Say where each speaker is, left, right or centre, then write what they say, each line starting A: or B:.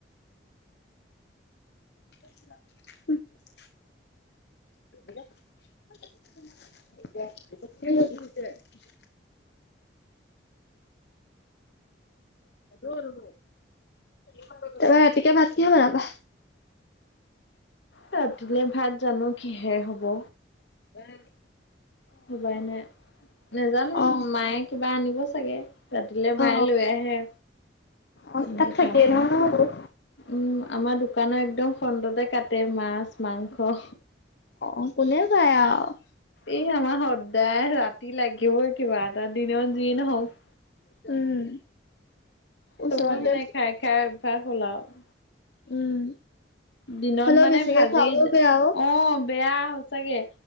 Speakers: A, on the left; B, on the left.
A: <unintelligible> <unintelligible> অ নবৌ তাৰপৰা ৰাতিকে ভাত কিহে বনাবা
B: ৰাতিলে ভাত জানো কিহে হব
A: উম
B: ভবাই নাই নাজানো
A: অ
B: মায়ে কিবা আনিব চাগে ৰাতিলে মায়ে
A: অ
B: লৈ আহে
A: অ
B: তেনেকে
A: তাত থাকেই
B: তা পাই
A: নহয়
B: উম আমাৰ দোকানৰ একদম ফ্ৰন্টতে কাটে মাছ মাংস
A: অ কোনে পায় আৰু
B: এই আমাৰ সদায় ৰাতি লাগিবই কিবা এটা দিনত যিয়ে নহওক
A: উম ওচৰতে
B: চবৰে মানে খাই খাই অভ্যাস হ'ল আৰু
A: উম
B: দিনত
A: হ'লেও
B: মানে
A: বেছিকে
B: ভাজি
A: খোৱাবও বেয়া
B: অ বেয়া সচাকে